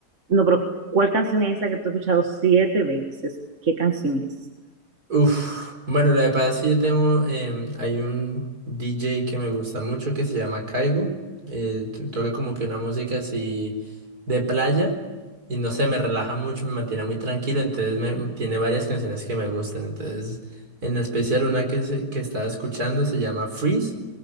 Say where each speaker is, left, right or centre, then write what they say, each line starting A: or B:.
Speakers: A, on the right; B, on the right.
A: No, pero ¿cuál canción es esa que tú has escuchado siete veces? ¿Qué canción es?
B: Uf, bueno, lo que pasa es que yo tengo, em, hay un DJ que me gusta mucho que se llama Caigo. Eh, to- toca como que una música así de playa y no sé, me relaja mucho, me mantiene muy tranquilo, entonces me, tiene varias canciones que me gustan. Entonces, en especial una que, se- que estaba escuchando se llama Freeze,